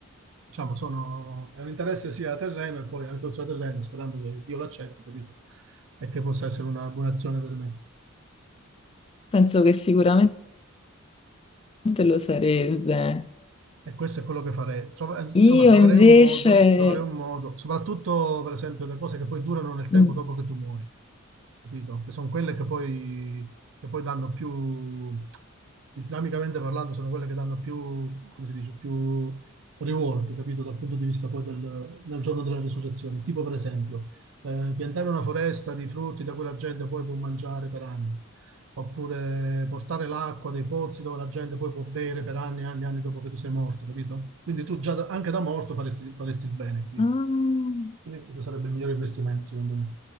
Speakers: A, on the right; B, on the left.
A: diciamo, sono... è un interesse sia a terreno e poi anche oltre a terreno, sperando che Dio l'accetti, capito? E che possa essere una buona azione per me.
B: <laughs> Penso che sicuramente lo sarebbe.
A: E questo è quello che farei. Trova- insomma,
B: Io
A: troverei
B: invece...
A: un modo, troverei un modo, soprattutto per esempio le cose che poi durano nel tempo
B: Mm.
A: dopo che tu muori, capito? Che sono quelle che poi, che poi danno più, islamicamente parlando, sono quelle che danno più, come si dice, più reward, capito? Dal punto di vista poi del, del giorno della risurrezione. Tipo per esempio, eh, piantare una foresta di frutti da cui la gente poi può mangiare per anni oppure portare l'acqua dei pozzi dove la gente poi può bere per anni e anni e anni dopo che tu sei morto, capito? Quindi tu già da- anche da morto faresti, faresti il bene, capito?
B: Ah.
A: Quindi questo sarebbe il migliore investimento, secondo me.